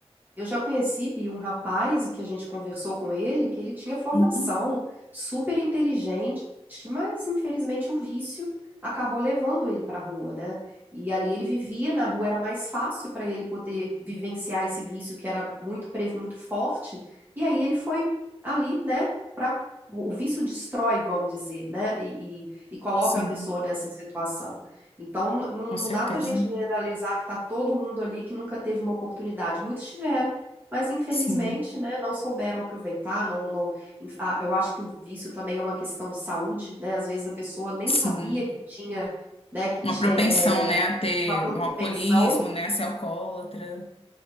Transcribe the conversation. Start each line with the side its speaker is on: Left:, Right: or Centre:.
Right: eu já conheci, Bi, um rapaz que a gente conversou com ele, que ele tinha formação,
Left: Uhum.
Right: super inteligente, mas infelizmente o vício acabou levando ele para a rua, né? E ali ele vivia na rua, era mais fácil para ele poder vivenciar esse vício que era muito, pres- muito forte. E aí ele foi ali, né, para o o vício destrói, vamos dizer, né? E, e, e coloca
Left: Sim,
Right: a pessoa nessa situação. Então, não,
Left: com certeza.
Right: não dá para a gente generalizar que está todo mundo ali que nunca teve uma oportunidade. Muitos tiveram, mas infelizmente,
Left: Sim,
Right: né, não souberam aproveitar. Não, não, inf- ah, eu acho que o vício também é uma questão de saúde, né? Às vezes a pessoa nem sabia
Left: sim.
Right: que tinha, né, que ti-
Left: Uma propensão,
Right: é,
Left: né,
Right: é,
Left: a ter
Right: uma propensão,
Left: um alcoolismo, né, a ser alcoólatra.